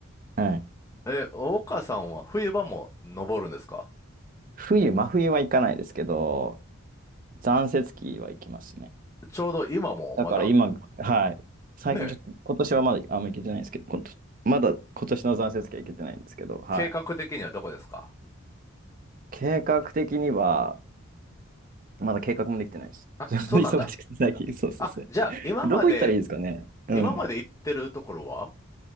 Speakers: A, on the right; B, on the left.
A: はい
B: え、大川さんは冬場も登るんですか
A: 冬、真冬は行かないですけど、残雪期は行きますね。
B: ちょうど今もまだ、
A: だから今、はい。最近ちょっと、
B: ね、
A: 今年はまだあんま行けてないんですけど、今年まだ今年の残雪期は行けてないんですけど、はい。
B: 計画的にはどこですか
A: 計画的には、まだ計画もできてないです。<laughs>
B: あ、
A: ちょっと忙しくて最近、
B: そうなんだ。
A: <laughs> そうそうそう。
B: あ、じゃあ、今まで、
A: どこ行ったらいいですかねうん。
B: 今まで行ってるところは